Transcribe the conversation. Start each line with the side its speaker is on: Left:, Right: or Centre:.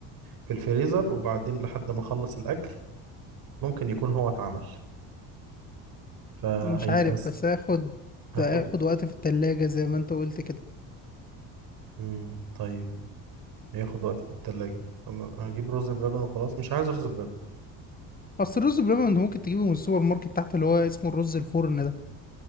Right: في الفريزر وبعدين لحد ما اخلص الاكل ممكن يكون هو اتعمل فهيبقى
Left: مش عارف
Right: س...
Left: بس هياخد
Right: هفضل
Left: هياخد وقت في التلاجة زي ما انت قلت كده
Right: مم. طيب هياخد وقت في التلاجة اما اجيب رز بلبن وخلاص مش عايز رز بلبن
Left: اصل الرز بلبن انت ممكن تجيبه من السوبر ماركت تحت اللي هو اسمه الرز الفرن ده